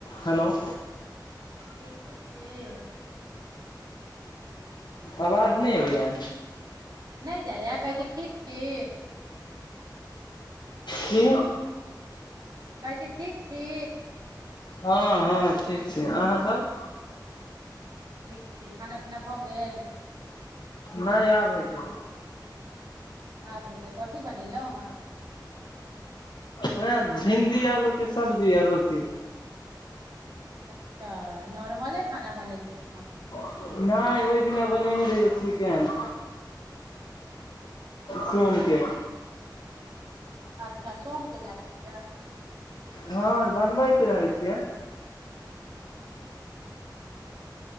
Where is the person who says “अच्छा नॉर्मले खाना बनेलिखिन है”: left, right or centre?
Right